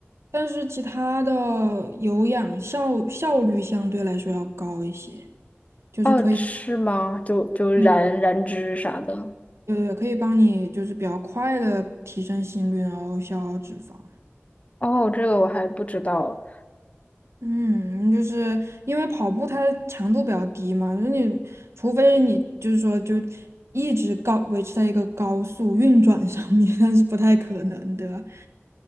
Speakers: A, on the right (about 75°); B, on the left (about 30°).
A: 但是其他的有氧效效率相对来说要高一些，
B: <laughs>
A: 就是可以，
B: 哦，是吗？就就燃燃脂啥的。
A: 对对对，可以帮你就是比较快的提升心率，然后消耗脂肪。
B: 哦，这个我还不知道。
A: 嗯，就是因为跑步它强度比较低嘛，就是你除非你就是说就一直高维持在一个高速运转上面，但是不太可能，对吧？